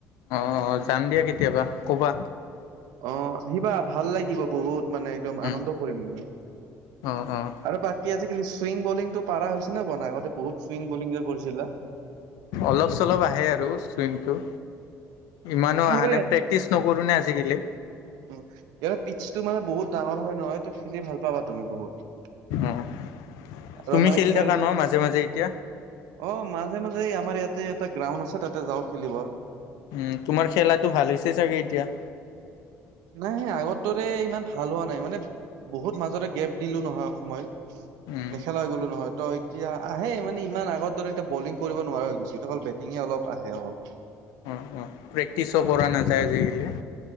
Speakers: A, on the left; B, on the right.
A: অ'অ' যাম দিয়া কেতিয়াবা ক'বা।
B: অ' আহিবা ভাল লাগিব বহুত। মানে একদম
A: উম
B: আনন্দ কৰিম মানে
A: অঁ অঁ
B: আৰু বাক তি আজালি চুইং বলিংটো পাৰা হৈছে নে বানে আগতে বহুত চুইং বলিং যে কৰিছিলা
A: অলপ-চলপ আহে আৰু চুইংটো। ইমানো
B: আহিবা
A: আহা নাই প্ৰেক্টিচ নকৰোঁ নে আজিকালি।
B: উম, ইয়াৰ পিচটো মানে বহুত ডাঙৰ হয় নহয়। ত'খেলি ভাল পাবা তুমি বহুত।
A: অঁ
B: আৰু
A: তুমি
B: মানে
A: খেলি
B: খেল
A: থাকা ন' মাজে, মাজে এতিয়া?
B: অ' মাজে, মাজে এ আমাৰ ইয়াতে এটা গ্ৰাউণ্ড আছে তাতে যাওঁ খেলিব।
A: উম, তোমাৰ খেলাটো ভাল হৈছে চাগৈ এতিয়া?
B: নাই সেই আগৰ দৰে ইমান ভাল হোৱা নাই মানে বহুত মাজতে গেপ দিলোঁ নহয় সময়
A: উম
B: নেখেলা হৈ গ'লো নহয় তই এতিয়া আহে মানে ইমান আগৰ দৰে এতিয়া বলিং কৰিব নোৱাৰা হৈ গৈছোঁ এতিয়া অকল বেটিঙে অলপ আহে অকল।
A: <unintelligible> প্ৰেক্টিচো কৰা নাযায় আজিকালি।